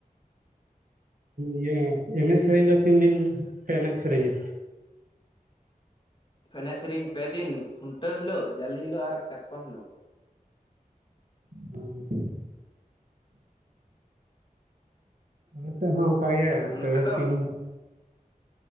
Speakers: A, on the right (about 65°); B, on the left (about 35°).
A: ᱤᱭᱟᱹ ᱮᱱᱮᱡ ᱥᱮᱨᱮᱧ ᱫᱚ ᱛᱤᱱ ᱫᱤᱱ ᱯᱮ ᱮᱱᱮᱡ ᱥᱮᱨᱮᱧᱟ?
B: ᱮᱱᱮᱡ ᱥᱮᱨᱮᱧ ᱯᱮ ᱫᱤᱱ ᱠᱷᱩᱱᱴᱟᱹᱣ ᱦᱤᱞᱳᱜ ᱡᱟᱞᱮ ᱦᱤᱞᱳᱜ ᱟᱨ ᱠᱟᱴᱠᱚᱢ ᱦᱤᱞᱳᱜ ᱾
A: <unintelligible> ᱱᱛᱮ ᱦᱚᱸ ᱚᱱᱠᱟᱜᱮ
B: ᱱᱚᱛᱮ
A: ᱯᱮ
B: ᱫᱚ
A: ᱛᱤᱱ ᱾